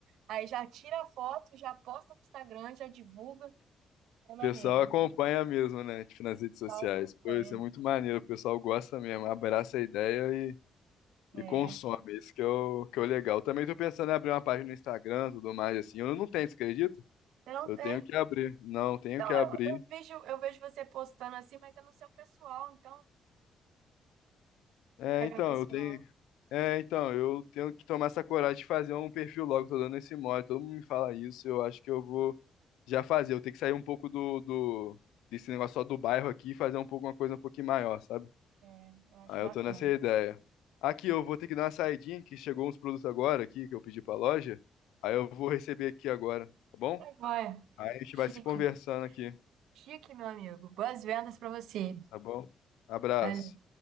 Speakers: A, on the right; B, on the left.
A: aí já tira a foto, já posta no Instagram, já divulga. É maneiro,
B: O pessoal acompanha
A: né?
B: mesmo, né? Tipo, nas redes sociais.
A: O acompanha.
B: Pô, isso é muito maneiro. O pessoal gosta mesmo, abraça a ideia e,
A: É.
B: e consome. Isso que é o, que é o legal. Também tô pensando em abrir uma página no Instagram, tudo mais, assim. Eu não tenho, você acredita?
A: Você não
B: Eu
A: tem?
B: tenho que abrir. Não, tenho
A: Então
B: que abrir.
A: eu, eu vejo, eu vejo você postando assim, mas é no seu pessoal, então.
B: É,
A: Regra
B: então,
A: pessoal.
B: eu tenho. É, então, eu tenho que tomar essa coragem de fazer um perfil logo. Tô dando esse mole. Todo mundo me fala isso. Eu acho que eu vou já fazer. Eu tenho que sair um pouco do, do desse negócio só do bairro aqui e fazer um pouco uma coisa um pouquinho maior, sabe?
A: É, eu acho
B: Aí
A: bacana.
B: eu tô nessa ideia. Aqui eu vou ter que dar uma saidinha, que chegou uns produtos agora aqui que eu pedi pra loja. Aí eu vou receber aqui agora, tá bom?
A: Tá joia.
B: Aí a gente
A: Chique.
B: vai se conversando aqui,
A: Chique, meu amigo. Boas vendas pra você.
B: tá bom? Abraço.
A: Valeu.